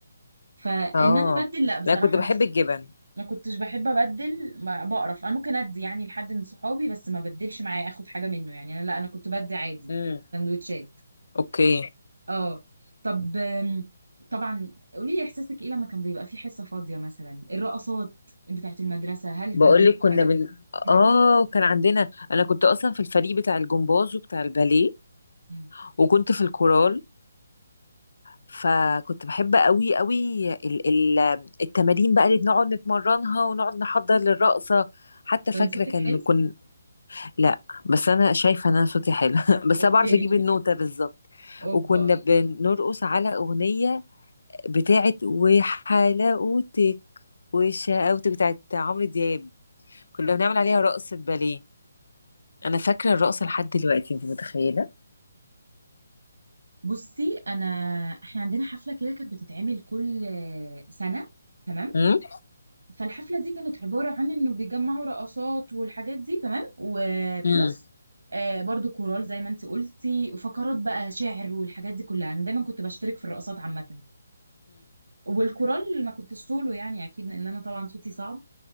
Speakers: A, on the right; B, on the left.
A: فان
B: اه
A: انا ابدل لا بصراحه
B: لا كنت بحب
A: انا
B: الجبن
A: ما كنتش بحب ابدل ما بقرف انا ممكن ادي يعني لحد من صحابي بس ما بدلش معايا اخد حاجه منه يعني انا لا انا كنت بدي عادي
B: امم
A: سندوتشات
B: اوكي
A: اه طب آم، طبعا قولي لي احساسك ايه لما كان بيبقى في حصه فاضيه مثلا الرقصات بتاعت المدرسه هل
B: بقول
A: كان عندكم
B: لك كنا
A: حاجه
B: بن
A: اسمها
B: اه
A: كده
B: كان عندنا انا كنت اصلا في الفريق بتاع الجمباز وبتاع الباليه
A: مم.
B: وكنت في الكورال فكنت بحب قوي قوي ال- ال- التمارين بقى اللي بنقعد نتمرنها ونقعد نحضر للرقصة حتى
A: طب
B: فاكرة
A: انت صوتك
B: كان
A: حلو
B: كن لا بس أنا شايفة إن أنا صوتي حلو <laughs> بس
A: اوكي
B: أنا بعرف أجيب النوتة بالظبط
A: <laughs> اوبا
B: وكنا بنرقص على أغنية بتاعت وحلاوتك وشقاوتك بتاعت عمرو دياب كنا بنعمل عليها رقصة باليه أنا فاكرة الرقصة لحد دلوقتي أنت متخيلة؟
A: بصي انا احنا عندنا حفله كده كانت بتتعمل كل آه، سنه تمام
B: امم
A: فالحفله دي كانت عباره عن انه بيجمعوا رقصات والحاجات دي تمام وبلس
B: امم
A: آه برضو كورال زي ما انت قلتي وفقرات بقى شعر والحاجات دي كلها انا دايما كنت بشترك في الرقصات عامه والكورال ما كنتش سولو يعني اكيد لان انا طبعا صوتي صعب